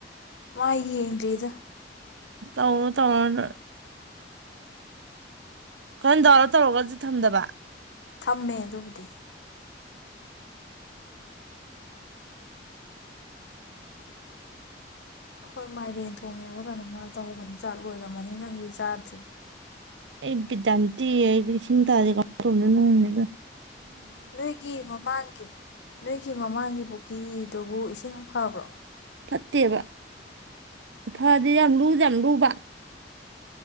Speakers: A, on the left (about 80°); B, on the right (about 80°).
A: ꯃꯥꯏ ꯀꯔꯤꯗ
B: ꯇꯧꯅ‌ꯣ ꯇꯧꯅ‌ꯣ ꯅ‌ꯣꯏ ꯈꯔ ꯗꯥꯎꯟꯂ‌ꯣꯠ ꯇꯧꯔꯒꯁꯨ ꯊꯝꯗꯕ
A: ꯊꯝꯃꯦ ꯑꯗꯨꯕꯨꯗꯤ ꯑꯩꯈꯣꯏ ꯃꯥꯏꯔꯦꯟ ꯊꯣꯡꯉꯦꯕ ꯀꯩꯅꯣꯃ ꯇꯧꯕꯅꯤ ꯆꯥ ꯂꯣꯏꯔꯝꯃꯅꯤ ꯅꯪꯗꯤ ꯆꯥꯗ꯭ꯔꯤ
B: ꯑꯩ ꯕꯤꯠ ꯌꯥꯝ ꯇ‌ꯦꯛꯑꯦ ꯑꯩꯗꯤ ꯏꯁꯤꯡ ꯇꯥꯗ‌ꯦ ꯀꯃꯥꯏ ꯇꯧꯗꯨꯏꯅ‌ꯣ ꯈꯪꯗ‌ꯦꯗꯥ
A: ꯅꯣꯏꯒꯤ ꯃꯃꯥꯡꯒꯤ ꯅꯣꯏꯒꯤ ꯃꯃꯥꯡꯒꯤꯕꯨ ꯐꯤꯗꯨꯕꯨ ꯏꯁꯤꯡ ꯐꯕ꯭ꯔꯣ
B: ꯐꯠꯇ‌ꯦꯕ ꯐꯗꯤ ꯌꯥꯝ ꯂꯨꯁꯨ ꯌꯥꯝ ꯂꯨꯕ